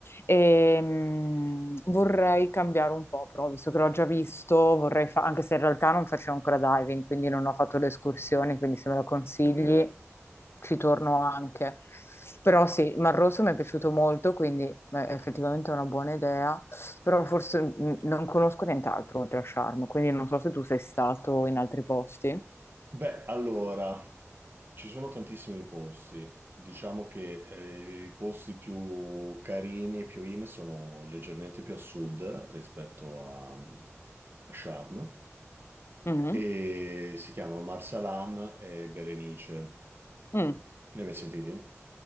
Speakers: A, on the left; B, on the right.
A: Ehm, vorrei cambiare un po', però, visto che l'ho già visto, vorrei fa- anche se in realtà non facevo ancora diving, quindi non ho fatto le escursioni, quindi se me lo consigli
B: Ok.
A: ci torno anche. Però sì, Mar Rosso mi è piaciuto molto, quindi beh, effettivamente è una buona idea, però forse mh, non conosco nient'altro oltre a Charm, quindi non so se tu sei stato in altri posti.
B: Beh, allora... Ci sono tantissimi posti, diciamo che eh, i posti più carini e più in sono leggermente più a sud rispetto a, a Sharm
A: Mhm.
B: e si chiamano Marsalam e Berenice. Ne
A: Mm.
B: hai mai sentiti?